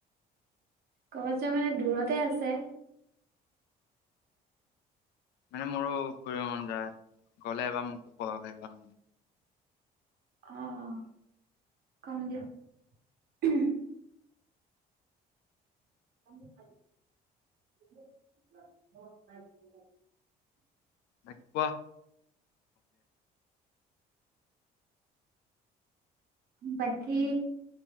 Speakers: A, on the right (about 65°); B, on the left (about 85°).
A: ক'বাত যোৱা মানে দূৰতে আছে।
B: মানে মোৰো ফুৰিব মন যায় গ'লে এবাৰ মোকো <unintelligible>
A: অহ, কম দিয়ক। <unintelligible> <unintelligible>
B: কোৱা?
A: বাকি